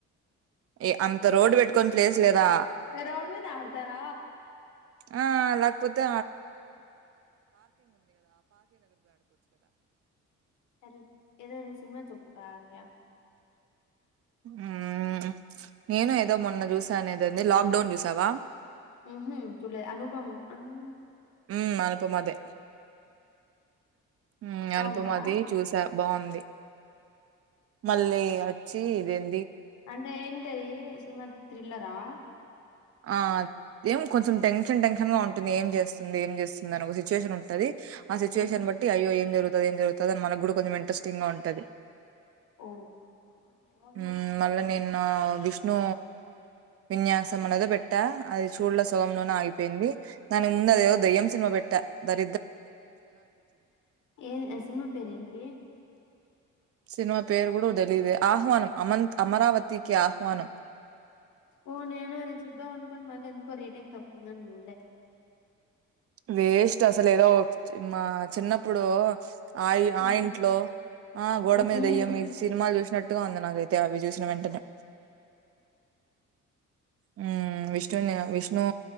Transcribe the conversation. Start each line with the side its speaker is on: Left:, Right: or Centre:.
Right: ఏ అంత రోడ్ పెట్టుకొని ప్లేస్ లేదా
Left: ఎ రోడ్మింద ఆడతార
Right: ఆ లాక్పోతే
Left: సర్లే ఏదైనా సినిమా <unintelligible>
Right: హ్మ్ నేను ఏదో మొన్న చూసా, నేదెంది లాక్డౌన్ చూసావ
Left: హ్మ్ చూలే అనుపము అను
Right: హ్మ్ అనుపమదే హ్మ్
Left: బాగుందా
Right: అనుపమది చూస బావుంది మళ్ళీ
Left: ఆ
Right: అచ్ తి ఇదేం
Left: అంటే ఏంటది సిమం థ్రిల్లర్ ఆ
Right: అ ఏం కొంచెం టెన్షన్, టెన్షన్ గా ఉంటుంది. ఏం చేసుంది, ఏం చేసుంది అని ఒక సిచ్యుయేషన్ ఉంటది. ఆ సిచువేషన్
Left: ఉమ్
Right: బట్టి అయ్యో ఎం జరుగుతది ఏం జరుగుతదో అని మనగుడా కొంచెం ఇంట్రెస్టింగ్గా ఉంటది
Left: ఓ ఓకే ఓహి
Right: ఉమ్ మళ్ళా నేను నా విష్ణు విన్యాస్ పెట్టా అది <unintelligible> చూడ్ల సగంలోనే ఆగిపోయింది దానికి ముందే అదేదో దెయ్యం సినిమా బేట్ ధ
Left: ఏ సినిమా పేరేంటి
Right: సినిమా పేరు గుడో తెలిదే! ఆహ్వానం అమంత్ అమరావతికి ఆహ్వానం.
Left: ఓ నేను అది చూద్దాం అనుకోని మళ్ళీ ఎందుకో రేటింగ్ తక్కుందని చూడలే
Right: వేస్ట్ అసలు ఏదో ఒక చిన్మ్మ అది చిన్నప్పుడు ఆ ఆ
Left: ఉమ్,
Right: ఇంట్లో ఆ గోడ
Left: ఉమ్,
Right: మీద దెయ్యం ఇది సినిమాలు చూస నట్టుగా ఉంది నాకైతే అవి చూసిన వెంటనే హ్మ్ విష్ణుని విష్ణు